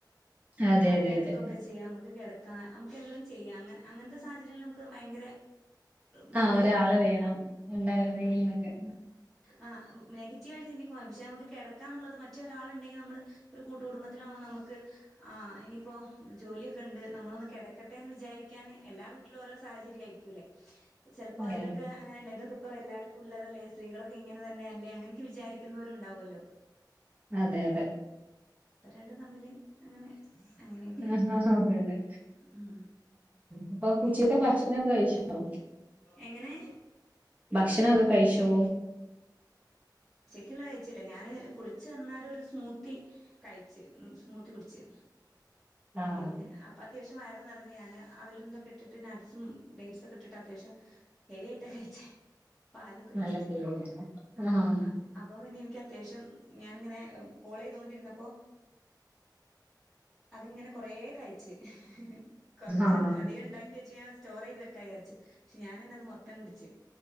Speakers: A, on the right; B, in the centre.
A: അതെ
B: ആ
A: അതെ
B: കെടക്കൊക്കെ
A: അതെ
B: ചെയ്യാം നമുക്ക് കെടക്ക ക്കാം നമുക്ക് എല്ലാം ചെയ്യാം അങ്ങ അങ്ങനത്തെ സാഹചര്യങ്ങൾ നമുക്ക് ഭയങ്കര ഭയങ്കര
A: ആ ഒരാള്
B: ഒരു
A: വേണം ഉണ്ടായിരുന്നെങ്കിൽന്നൊക്കെ
B: ആ നെഗറ്റീവ് ആയിട്ട് ചിന്തിക്കുവാ പക്ഷെ നമുക്ക് കിടക്കാന്നുള്ളത് മറ്റൊരാൾ ഉണ്ടെങ്കിൽ നമ്മള് ഒരു കൂട്ടു കുടുംബത്തിലാവുമ്പോ നമുക്ക് ആ ഇനിയിപ്പോ ജോലിയൊക്കെ ഉണ്ട് നമ്മളൊന്ന് കെടക്കട്ടെ എന്ന് വിചാരിക്കാന് എല്ലാ വീട്ടിലും ഓരോ സാഹചര്യം ആയിരിക്കുല്ലേ ചെലപ്പോ
A: അതെ
B: ഇതൊക്കെ
A: അതെ
B: അങ്ങനെ തന്നെ ഇതൊക്കെ ഇപ്പം എല്ലാർക്കും ഉള്ളതല്ലേ സ്ത്രീകളൊ ഇങ്ങനെ തന്നെ അല്ലേ അങ്ങനൊക്കെ വിചാരിക്കുന്നവരും ഉണ്ടാവുമല്ലോ
A: അതെ അതെ
B: ഇപ്പൊ രണ്ട് തമ്മില് അങ്ങനെ അങ്ങനെയൊക്കെ
A: ആ ആ അതെതെ
B: ഉം
A: അപ്പൊ
B: പിന്നെ
A: ഉച്ചിത്തെ ഭക്ഷണോ കഴിച്ചോ
B: എങ്ങനെ
A: ഭക്ഷണം ഒക്കെ കഴിച്ചോ
B: എനിക്കുള്ള കഴിച്ചില്ല ഞാന് കുളിച്ചു വന്നാല ഒരു സ്മൂത്തി കഴിച്ച് സ്മൂത്തി കുടിച്ച്
A: ആഹ്
B: പിന്നെ അപ്പ- അത്യാവശ്യം വയറെ നിറഞ്ഞു ഞാന് അവല ഇന്തൊക്കെ ഇട്ടിട്ട് നട്ട്സും ഡേറ്റ്സ ഒക്കെ ഇട്ടിട്ട് അത്യാവശ്യം ഹെവി ആയിട്ടൊക്കെഴിച്ചേ പാലൊക്കെ ഒഴിച്ചിട്ട്
A: നല്ല ഫീലിങ്ങാണ്
B: ആ
A: ആഹ്
B: അപ്പൊ പിന്നെ എനിക്ക്- അത്യാവശ്യം ഞാനിങ്ങനെ- കോൾ ചെയ്തോണ്ടിരുന്നപ്പോ അതിങ്ങനെ കൊറേ കഴിച്ചു കൊറച്ച്
A: ആഹ്
B: അധികം ഉണ്ടാക്കി വെച്ച ഞാൻ സ്റ്റോർ ചെയ്ത് വെക്കായിച്ചു പക്ഷെ ഞാനന്നെ അത് മൊത്തം കുടിച്ച്